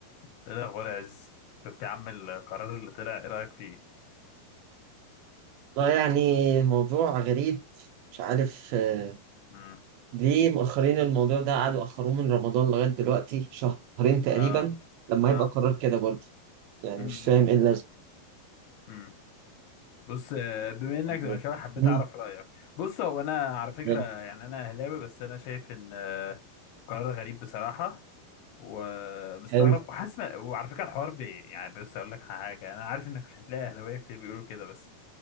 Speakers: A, on the left; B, on the right.
A: ايه الاخبار يا عز شفت يا عم القرار اللي طلع ايه رايك فيه
B: والله يعني موضوع غريب مش عارف آه،
A: امم
B: ليه مؤخرين الموضوع ده قعدوا أخروه من رمضان لغاية دلوقتي شهرين تقريبا
A: اه
B: لما
A: اه
B: يبقى قرار كده برضه يعني
A: امم
B: مش فاهم ايه اللازمة
A: امم بص آه، بما
B: يعني.
A: انك زملكاوي حبيت
B: مم،
A: اعرف رايك بص هو انا على فكره
B: ده
A: يعني انا اهلاوي بس انا شايف ان آه، قرار غريب بصراحه ومستغرب
B: حلو
A: وحاسس ما- وعلى فكره الحوار بي يعني بص اقول لك حاجه انا عارف انك مش هتلاقي اهلاويه كتير بيقولوا كده بس